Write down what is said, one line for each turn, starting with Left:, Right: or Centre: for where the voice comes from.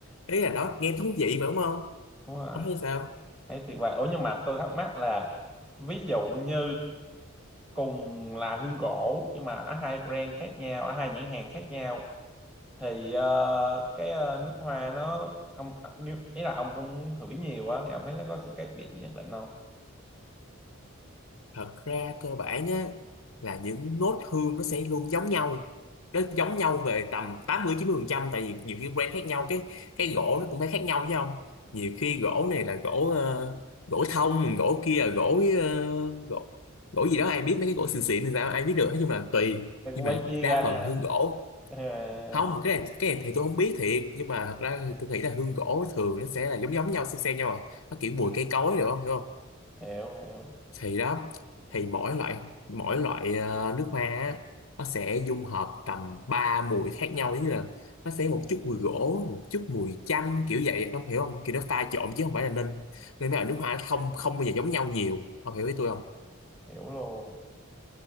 Left: ý là đó nghe thú vị mà đúng không
Centre: đúng rồi
Left: ông thấy sao
Centre: thấy tuyệt vời ủa nhưng mà tôi thắc mắc là ví dụ như cùng là hương gỗ nhưng mà ở hai brand khác nhau ở hai nhãn hàng khác nhau thì ờ, cái ờ, nước hoa nó ông à, nếu- ý là ông cũng hửi nhiều á thì ông thấy nó có sự khác biệt gì nhất định không
Left: thật ra cơ bản á là những nốt hương nó sẽ luôn giống nhau nó giống nhau về tầm tám mươi chín mươi phần trăm tại vì nhiều khi brand khác nhau cái cái gỗ nó cũng phải khác nhau chứ không nhiều khi gỗ này là gỗ ờ, gỗ thông gỗ kia là gỗ ờ, gỗ gỗ gì đó ai biết mấy cái gỗ xịn xịn thì sao ai biết được nói chung là tùy
Centre: mày cũng
Left: nhưng
Centre: phải
Left: mà
Centre: chia
Left: đa
Centre: ra
Left: phần
Centre: nữa hả?
Left: hương gỗ
Centre: Ờ,
Left: không cái này cái này thì tôi không biết thiệt nhưng mà thật ra tôi nghĩ là hương gỗ thường nó sẽ là giống giống nhau xem xem nhau à. nó kiểu mùi cây cối được không hiểu không
Centre: hiểu hiểu
Left: thì đó thì mỗi loại mỗi loại ờ, nước hoa á, nó sẽ dung hợp tầm 3 mùi khác nhau giống như là nó sẽ một chút mùi gỗ một chút mùi chanh kiểu vậy ông hiểu không kiểu nó pha trộn chứ không phải là nên nên mấy loại nước hoa nó không không bao giờ giống nhau nhiều ông hiểu ý tôi không
Centre: hiểu luôn.